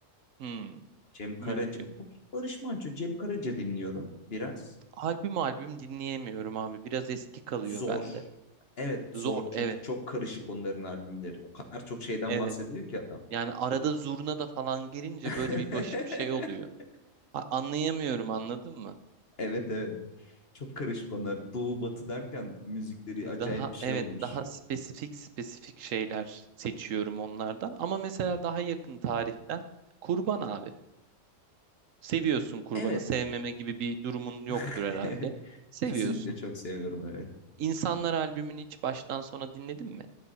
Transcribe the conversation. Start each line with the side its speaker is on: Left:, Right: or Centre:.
Right: Hmm,
Left: Cem Karaca,
Right: mümkün.
Left: Barış Manço, Cem Karaca dinliyorum biraz.
Right: Albüm albüm dinleyemiyorum abi. Biraz eski kalıyor
Left: Zor.
Right: bende.
Left: Evet zor
Right: Zor
Left: çünkü
Right: evet
Left: çok karışık onların albümleri. O kadar çok şeyden
Right: evet.
Left: bahsediyor ki adam.
Right: Yani arada zurna da falan girince
Left: <laughs>
Right: böyle bir başım şey oluyor. A- anlayamıyorum anladın mı?
Left: Evet evet. Çok karışık onlar. Doğu batı derken müzikleri acayip
Right: Daha
Left: bir şey
Right: evet
Left: olmuş.
Right: daha spesifik spesifik şeyler seçiyorum onlardan. Ama mesela daha yakın tarihten kurban abi. Seviyorsun kurbanı.
Left: Evet.
Right: Sevmeme gibi bir durumun yoktur
Left: <laughs>
Right: herhalde. Seviyorsun.
Left: Kesinlikle çok seviyorum evet.
Right: İnsanlar albümünü hiç baştan sona dinledin mi?